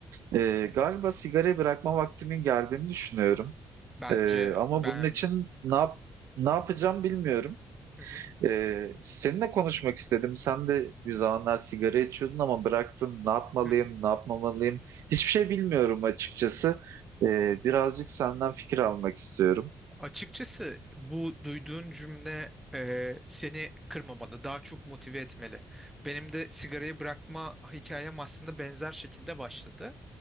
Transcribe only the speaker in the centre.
hı
hı.
Bence
ben
Hı hı,
hı hı.
açıkçası bu duyduğun cümle e, seni kırmamalı, daha çok motive etmeli. Benim de sigarayı bırakma hikayem aslında benzer şekilde başladı.